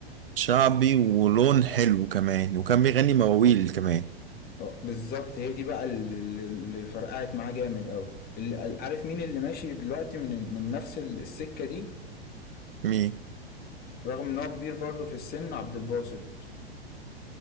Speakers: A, on the right; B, on the left.
A: شعبي ولون حلو كمان وكان بيغني مواويل كمان
B: اه، بالظبط هي دي بقى اللي, اللي اللي فرقعت معاه جامد قوي اللي... عارف مين اللي ماشي دلوقتي من من نفس ال- السكة دي
A: مين
B: رغم ان هو كبير برضو في السن عبد الباسط